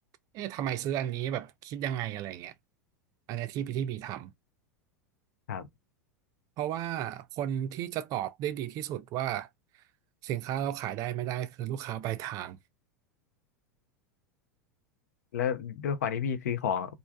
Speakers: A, on the right; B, on the left.
A: เอ๊ะทำไมซื้ออันนี้แบบคิดยังไงอะไรเงี้ยอันเนี้ยที่พี่ที่บีทำ
B: ครับ
A: เพราะว่าคนที่จะตอบได้ดีที่สุดว่าสินค้าเราขายได้ไม่ได้คือลูกค้าปลายทาง
B: แล้วด้วยความที่พี่ซื้อของ